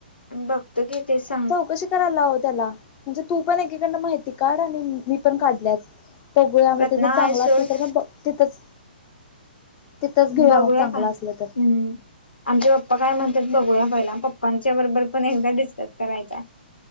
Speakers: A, on the left (about 75°); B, on the left (about 25°).
A: बघतो कि ते सांग
B: चौकशी करायला त्याला. म्हणजे तू पण एकीकडन माहिती काढ आणि मी पण काढल्यास बघूया म
A: रत्ना
B: तिथं चांगलं
A: आहे सोड
B: असल तर म तिथंच तिथंच घेऊया
A: बघूया
B: मग चांगलं
A: का हम्म
B: असलं तर.
A: आमचे पप्पा काय म्हणतात बघूया पहिला. पप्पांच्या बरोबर पण एकदा डिस्कस करायचा.